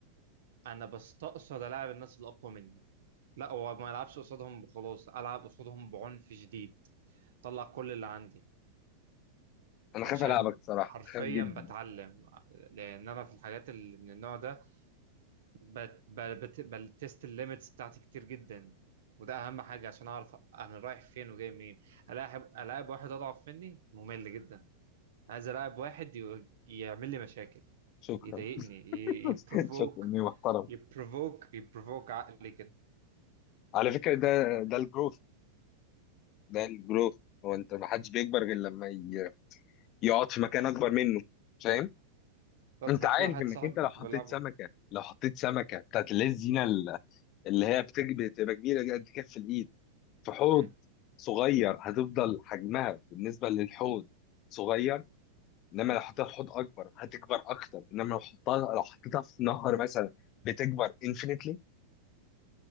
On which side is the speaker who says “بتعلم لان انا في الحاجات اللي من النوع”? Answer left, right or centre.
Right